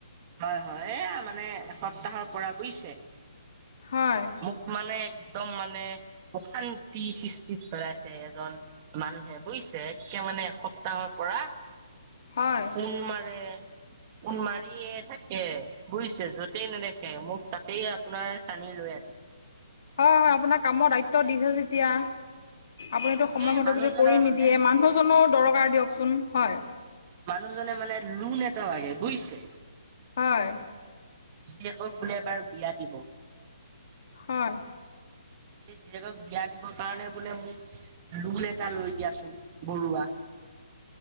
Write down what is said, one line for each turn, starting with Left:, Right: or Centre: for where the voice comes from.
Right: হয় হয় এয়া মানে এসপ্তাহৰ পৰা বুইছে।
Left: হয়।
Right: মোক মানে একদম মানে অশান্তি সৃষ্টিত কৰাইছে এজন মানুহে বুজিছে একে মানে এসপ্তাহৰ পৰা
Left: হয়‌।
Right: ফোন মাৰে, ফোন মাৰিয়ে থাকে বুজিছে যদ- তেন এনেকে মোক তাতেই আপোনাৰ টানি লৈ আন-
Left: হয় হয় আপোনাক কামৰ দায়িত্ব
Right: মানে
Left: দিছে যেতিয়া
Right: অ
Left: আপুনিতো সময়মতে
Right: এই মানুহজনৰ
Left: যদি কৰি
Right: মানে
Left: নিদিয়ে মানুহজনো দৰকাৰ দিয়কচোন হয়।
Right: মানুহজনে মানে লোন এটা লাগে বুইছে।
Left: হয়।
Right: জীয়েকক বোলে এবাৰ বিয়া দিব।
Left: হয়।
Right: এই জীয়েকক বিয়া দিবৰ কাৰণে বোলে মোক লোন এটা লৈ দিয়াচোন বৰুৱা।